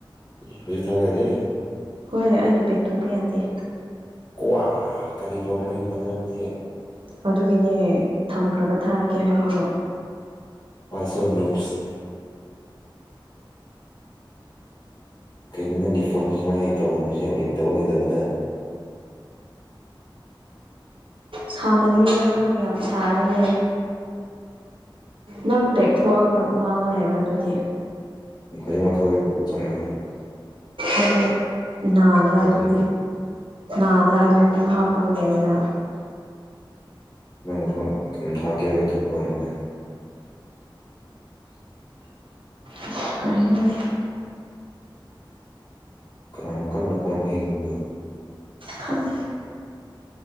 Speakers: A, on the left; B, on the right.
A: ꯍꯧꯖꯤ ꯊꯒꯗꯦ
B: ꯍꯣꯏꯣꯏ ꯑꯩꯒꯤ ꯕꯦꯛ ꯊꯣꯛꯄ ꯌꯥꯗꯦ
A: ꯀꯋꯥ ꯀꯔꯤ ꯍꯣꯣꯟꯅꯅ ꯍꯣꯠꯅꯦ
B: ꯑꯗꯨꯒꯤꯅꯦ ꯊꯝꯈ꯭ꯔꯒ ꯊꯥꯔꯛꯀꯦ ꯍꯥꯏꯕꯗꯣ
A: ꯄꯥꯏꯁꯣꯟ ꯅꯨꯨꯞꯁ ꯀꯩꯅꯣ ꯅꯪꯒꯤ ꯐꯣꯟꯁꯤ ꯁꯨꯃꯥꯏ ꯍꯦꯛ ꯇꯧꯒꯟꯕꯁꯦ ꯑꯣꯏꯇꯕ ꯑꯣꯏꯗꯕꯗ
B: ꯁꯥꯃꯟꯕꯤꯒꯦꯔꯀꯥꯟꯗ ꯌꯥꯝ ꯁꯥꯔꯒ ꯂꯩ ꯅꯪ ꯕꯦꯛ ꯊꯣꯛꯑꯒ ꯉꯥꯡꯉ ꯂꯩꯕ꯭ꯔꯥ ꯑꯗꯨꯗꯤ
A: ꯈꯖꯃꯊ ꯑꯣꯏ ꯆ <unintelligible>
B: ꯑꯣ ꯅꯥꯗ ꯑꯗꯨꯝ
A: ꯍꯥꯏꯕꯒꯤ
B: ꯅꯥꯗ ꯑꯗꯨ ꯑꯗꯨꯝ ꯍꯥꯞꯄꯒ ꯂꯩꯒꯗꯕ
A: ꯅꯪ ꯍꯧꯖꯤꯃꯛ ꯀꯩꯅꯣꯝ ꯊꯥꯔꯛꯀꯦ ꯊꯣꯛꯄꯅꯤꯅꯦ
B: ꯑꯁ ꯀꯔꯤꯅꯣ ꯑꯩ
A: ꯀꯅꯥꯅꯣ ꯀꯟꯅ ꯀꯣꯟ ꯐꯦꯡꯉꯤꯗꯨꯕꯨ
B: ꯈꯪꯗꯦ